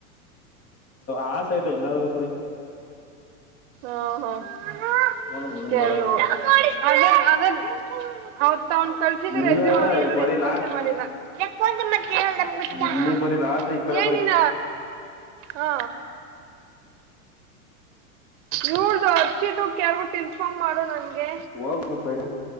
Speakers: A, on the left; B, on the right.
A: ಆ ಸೈಡ್ಲಿ ಎಲ್ಲಾದ್ರು ಸುರಿ.
B: ಹ ಹ
A: ನೋಡಮ್ ಏನ್
B: ಕೇಳ್
A: ಮಾಡೋದು
B: ನೋಡಿ ಅದ ಅದ ಅವತ್ ತ ಅವನ್ ಕಳ್ಸಿದ್ರ
A: ಇಲ್ಲ
B: ರೆಸ್ಯೂಮ್ ಅವ ಏನು
A: ಬರೀ
B: ರೆಸ್ಪಾನ್ಸ
A: ಲಾಸ್
B: ಎ ಮಾಡಿಲ್ಲ <unintelligible>
A: ಇಲ್ಲಿ ಬರೀ ಲಾಸ್ ಈ ಕಡೆ
B: ಏನಿನ
A: ಬರೀ
B: ಹಾ ಇವ್ಳದು ಹರ್ಷಿದು ಕೇಳ್ಬಿಟ್ಟು ಇನ್ಫಾರ್ಮ್ ಮಾಡು ನನ್ಗೆ
A: ಹೋಗ ನೀ ಫ್ರೈಡೇ